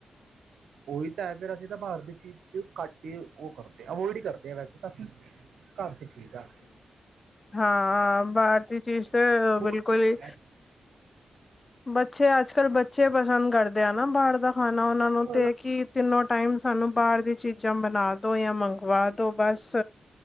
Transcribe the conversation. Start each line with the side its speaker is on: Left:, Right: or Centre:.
Right: ਓਹੀ ਤਾਂ ਹੈ ਫੇਰ ਅਸੀਂ ਤਾਂ ਬਾਰ ਦੀ ਚੀਜ਼ ਚ ਘੱਟ ਈ ਓ ਕਰਦੇ ਅਵੋਇਡ ਈ ਕਰਦੇ ਵੈਸੇ ਤਾਂ ਅਸੀਂ ਘਰ ਚ ਠੀਕ ਆ
Left: ਹਾਂ, ਬਾਹਰ ਦੀ ਚੀਜ਼ ਤੇ ਬਿਲਕੁਲ
Right: <unintelligible>
Left: ਹੀ ਬੱਚੇ ਅੱਜ ਕੱਲ ਬੱਚੇ ਪਸੰਦ ਕਰਦੇ ਆ ਨਾ ਬਾਰ ਦਾ ਖਾਣਾ ਓ ਨਾਂ ਨੂੰ
Right: ਚਲੋ
Left: ਤੇ ਕਿ ਤਿੰਨੋ ਟਾਈਮ ਸਾਨੂੰ ਬਾਰ ਦੀ ਚੀਜ਼ਾਂ ਬਣਾ ਦੋ ਜਾਂ ਮੰਗਵਾ ਦੋ ਬਸ